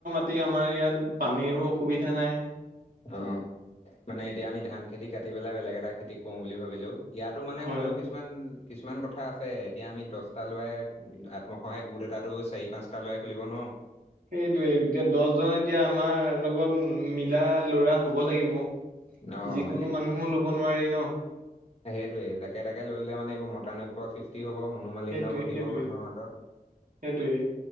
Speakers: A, on the right; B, on the left.
A: <unintelligible> আমাৰ ইয়াত পানীৰো অসুবিধা নাই।
B: অ', মানে এতিয়া আমি ধান খেতি কাটি পেলাই বেলেগ এটা খেতি কৰো বুলি ভাবিলেও ইয়াতো মানে
A: হয়
B: হলেও কি কিছুমান - কিছুমান, কথা আছে এতিয়া আমি দশটা লৰাই আত্মসহায়ক গোট এটাতো চাৰি পাঁচ তা লয়াই খুলিব নোৱাৰো
A: সেইটোৱে এতিয়া দশজন এতিয়া আমাৰ লগত মিলা লৰা হব লাগিব।
B: অ',
A: যিকোনো মানুহো লব নোৱাৰি ন?
B: সেইটোয়ে যাকে তাকে লৈ ললে মানে মতানৈক্য সৃষ্টি তি হব মনোমালিন্য
A: সেইটোৱে
B: ঘটিব
A: সেইটোৱে
B: মানুহৰ মাজত
A: সেইটোৱে